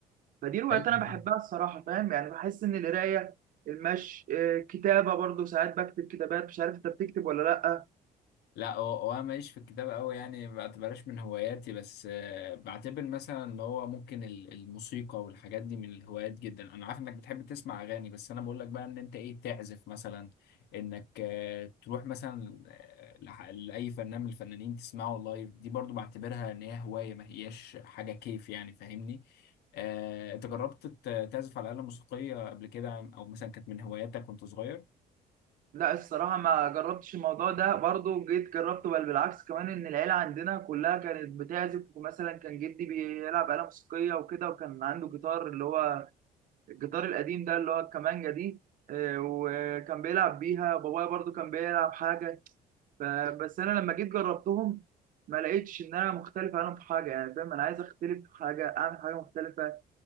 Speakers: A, on the right (about 55°); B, on the left (about 75°).
A: فدي روايات
B: ايوه
A: انا بحبها الصراحه فاهم يعني بحس ان القرايه المشي آه، كتابه برضو ساعات بكتب كتابات مش عارف انت بتكتب ولا لا
B: لا هو هو انا ماليش في الكتابة قوي يعني ما بعتبرهاش من هواياتي بس آه، بعتبر مثلا اللي هو ممكن ال- الموسيقى والحاجات دي من الهوايات جدا انا عارف انك بتحب تسمع اغاني بس انا بقول لك بقى ان انت ايه تعزف مثلا انك آه، تروح مثلا آه، لح- لاي فنان من الفنانين تسمعه لايف دي برضو بعتبرها ان هي هواية ما هياش حاجة كيف يعني فاهمني آه، انت جربت ت- تعزف على آلة موسيقية قبل كده او مثلا كانت من هواياتك وانت صغير؟
A: لا الصراحه ما جربتش الموضوع ده برضو جيت جربته بل بالعكس كمان ان العيله عندنا كلها كانت بتعزف ومثلا كان جدي بيلعب آلة موسيقيه وكده وكان عنده جيتار اللي هو الجيتار القديم ده اللي هو الكمانجه دي آه، وكان بيلعب بيها بابايا برضو كان بيلعب حاجه فبس انا لما جيت جربتهم ما لقيتش ان انا مختلف عنهم في حاجه يعني فاهم انا عايز اختلف في حاجه اعمل حاجه مختلفه